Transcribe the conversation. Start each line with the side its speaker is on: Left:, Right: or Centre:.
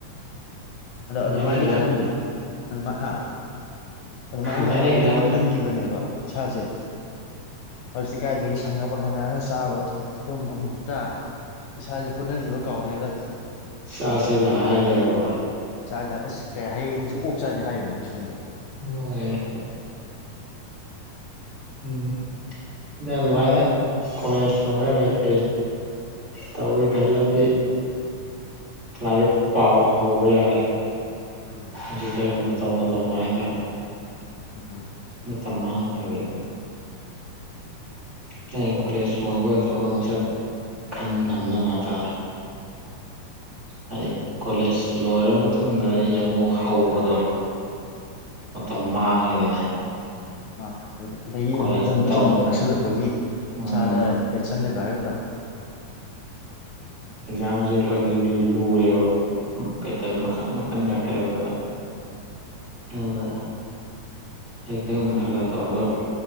Left: ꯑꯗꯣ
Right: ꯑꯗꯨꯃꯥꯏꯅ
Left: ꯑꯗꯨꯃꯥꯏꯅꯗꯤ
Right: ꯑꯦꯛꯖꯥꯝ
Left: ꯈꯔꯗꯤ ꯑꯗꯨ ꯑ ꯑꯗꯨꯃꯉꯣꯟꯗ
Right: ꯑꯗꯨꯃꯥꯏꯅ
Left: ꯍꯥꯏꯐꯦ
Right: ꯑꯦꯛꯖꯥꯝ
Left: ꯈꯗꯤ ꯈꯟꯈꯤꯕꯅꯦꯕ ꯏꯁꯥꯁꯦ ꯍꯧꯖꯤꯛꯇꯤ ꯀꯥꯏꯗꯒꯤ ꯁꯪꯉꯄ ꯃꯌꯥꯝꯅ ꯆꯥꯕ ꯇꯨꯝ ꯑꯃꯨꯛ ꯆꯥꯛ ꯏꯁꯥꯁꯦ ꯍꯣꯠꯅꯅꯤꯡꯕ ꯀꯥꯎꯔꯦꯗ
Right: ꯁꯥꯁꯤꯗ ꯍꯥꯏ ꯂꯩꯔ
Left: ꯆꯥꯛꯗ ꯑꯁ ꯀꯩ ꯍꯌꯦꯡꯁꯨ ꯑꯣꯛ ꯆꯥꯁꯦ ꯍꯥꯏꯔꯅꯤ ꯁꯣꯝꯗ
Right: ꯑꯣ ꯎꯝꯩꯅ ꯑꯗꯨꯃꯥꯏꯅ ꯀꯣꯂꯦꯖ ꯂꯣꯏꯔ ꯀꯩꯀꯩ ꯇꯧꯏꯦ ꯈꯜꯂꯗꯤ ꯂꯥꯏꯔꯤꯛ ꯄꯥꯕ ꯍꯧꯕ ꯌꯥꯔꯦ
Left: ꯎꯝ
Right: ꯍꯧꯖꯤꯛꯇꯩ ꯍꯧꯅ ꯇꯧꯅ ꯇꯧꯅ ꯍꯥꯏꯇꯥꯔꯦ
Left: ꯎꯝ
Right: ꯃꯇꯝ ꯃꯥꯡꯍꯟꯗꯕꯤꯗ ꯍꯌꯦꯡ ꯀꯣꯂꯦꯖ ꯂꯣꯏꯕꯒ ꯊꯕꯛ ꯃꯁꯛ ꯈꯟ ꯉꯝꯅꯕ ꯍꯥꯏꯇꯥꯥꯔꯦ ꯍꯥꯏꯗꯤ ꯀꯣꯂꯦꯖ ꯂꯣꯏꯔ ꯃꯇꯨꯡꯗ ꯑꯩ ꯑꯃꯨꯛ ꯍꯧꯕꯗꯣ ꯃꯇꯝ ꯃꯥꯡꯉꯦꯗꯅ
Left: <unintelligible> <unintelligible> ꯑꯗꯒꯤ
Right: ꯀꯣꯂꯦꯖ
Left: ꯃꯇꯝꯗꯣ
Right: ꯇꯧ
Left: ꯁꯨꯝ ꯅꯛꯁꯤꯜꯂꯛꯄꯒꯤ
Right: ꯎꯝ
Left: ꯏꯁꯥꯗ ꯇꯦꯟꯁꯟ ꯂꯩꯕ ꯍꯥꯏꯒꯗ꯭ꯔꯥ
Right: ꯑꯦꯛꯖꯥꯝ ꯖꯦ ꯂꯣꯏ ꯂꯨ ꯂꯨꯔꯦꯕ ꯄꯦꯇꯔꯟ
Left: ꯎꯝ
Right: ꯃꯈꯟ
Left: ꯎꯝ
Right: ꯃꯈꯟꯒ ꯈꯥꯏꯗꯣ ꯇꯅ ꯑꯗꯨꯗ ꯍꯖꯤꯛꯇꯩ ꯍꯧꯅ ꯈꯔ ꯈꯔ ꯇꯧꯔꯒ